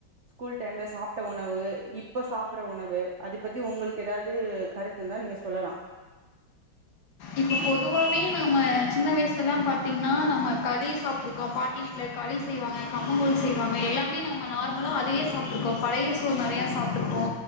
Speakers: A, on the right; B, on the left.
A: ஸ்கூல் டைம்ல சாப்ட்ட உணவு இ ப்ப சாப்புற உணவு அது பத்தி ஒங்களுக்கு எதாது கருத்து இருந்தா நீங்க சொல்லலா
B: இப்போ பொதுவாவே நம்ம சின்ன வய்சுல்லா பாத்தீங்கன்னா நம்ம களி சாப்ட்டுருக்கோ பாட்டி வீ ட்ல களி செய்வாங்க கம்மங்கூழ் செய்வாங்க எல்லாமே ந ம்ம நார்மலா அதயே சாப்ட்டுருக்கோ பழைய சோறு நறையா சாப்ட்ருக்கோ